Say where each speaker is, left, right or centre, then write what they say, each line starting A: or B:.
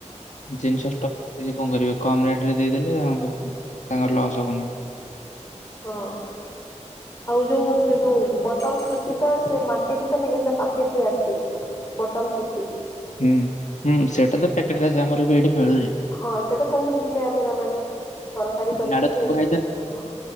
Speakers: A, on the left; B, on the left.
A: ଜିନଷ ଷ୍ଟ ଜି ସେ ଙ୍କ କରିବେ କମ ରେଟ ରେ ଦେଇଦେଲେ ଆଉ ତାଙ୍କର ଲସ୍ ହବନବ।
B: ହଁ। ଆଉ ଯୋଉ ସେ ଯୋଉ ବଟମ ଛତୁ ଟା ସେ ମାର୍କେଟେ ରେ ମିଳେନି ସେଟା ପ୍ୟାକେଟ ରେ ଆସେ। ବଟମ ଛତୁ।
A: ହୁଁ ହୁଁ ସେଇଟା ତ ପ୍ୟାକେଟରେ ଆସେ ଆମର ବି ଏଇଠି ମିଳୁଚି।
B: ହଁ ସେଇଟା ସବୁ ବିଲେ ଆମେ ତାମାନୋନେ ତରକାରୀ କରିକି
A: ନାଡ ଛତୁ ଖାଇଛନ୍ତି
B: ହଁ